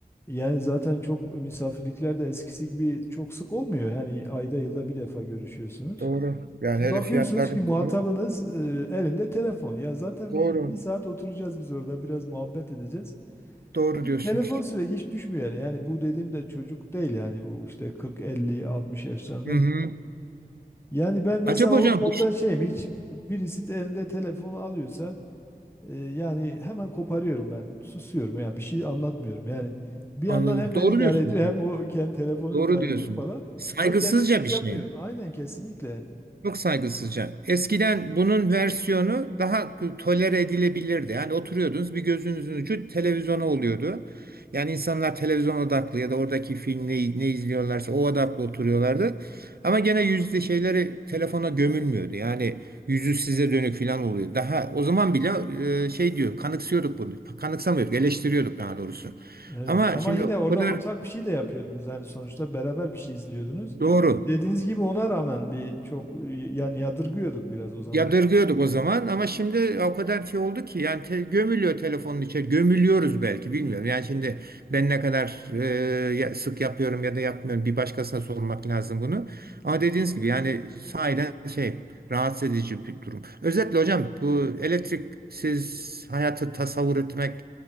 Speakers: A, on the left; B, on the right.
A: Yani zaten çok misafirlikler de eskisi gibi çok sık olmuyor. Yani ayda yılda bir defa görüşüyorsunuz.
B: doğru. Yani
A: Şimdi
B: öyle
A: bakıyorsunuz
B: fiyatlardan
A: ki muhatabınız
B: sonra.
A: e, elinde telefon. Ya zaten
B: Doğru.
A: bir, bir saat oturacağız biz orada biraz muhabbet edeceğiz.
B: Doğru diyorsunuz.
A: Telefon sürekli hiç düşmüyor yani. Yani bu dediğim de çocuk değil yani bu işte 40, 50, 60 yaşlarında.
B: Hı hı.
A: Yani ben mesela
B: Acaba
A: o
B: hocam
A: konuda
B: bu
A: şeyim hiç birisi de elinde telefonu alıyorsa e, yani hemen koparıyorum ben. Susuyorum yani bir şey anlatmıyorum yani. Bir yandan
B: anladım.
A: hem beni
B: Doğru
A: idare
B: diyorsunuz.
A: ediyor hem o kendi telefonu
B: Doğru
A: idare
B: diyorsunuz.
A: ediyor falan.
B: Saygısızca
A: Ve kendim de hiç
B: bir
A: yapmıyorum.
B: şey.
A: Aynen kesinlikle.
B: Çok saygısızca. Eskiden bunun versiyonu daha k- tolere edilebilirdi. Yani oturuyordunuz bir gözünüzün ucu televizyona oluyordu. Yani insanlar televizyon odaklı ya da oradaki film ne, ne izliyorlarsa o odaklı oturuyorlardı. Ama gene yüzde şeyleri telefona gömülmüyordu. Yani yüzü size dönük falan oluyor. Daha o zaman bile e, şey diyor kanıksıyorduk bunu. Kanıksamıyorduk eleştiriyorduk daha doğrusu.
A: Evet
B: Ama
A: ama
B: şimdi
A: yine
B: o
A: orada
B: kadar
A: ortak bir şey de yapıyordunuz yani sonuçta beraber bir şey izliyordunuz.
B: doğru.
A: Dediğiniz gibi ona rağmen bir çok e, yani yadırgıyorduk biraz o zaman.
B: Yadırgıyorduk o zaman ama şimdi o kadar şey oldu ki yani te- gömülüyor telefonun içe gömülüyoruz belki bilmiyorum. Yani şimdi ben ne kadar e, ya- sık yapıyorum ya da yapmıyorum bir başkasına sormak lazım bunu. Ama dediğiniz gibi yani sahiden şey rahatsız edici bir durum. Özetle hocam bu elektriksiz hayatı tasavvur etmek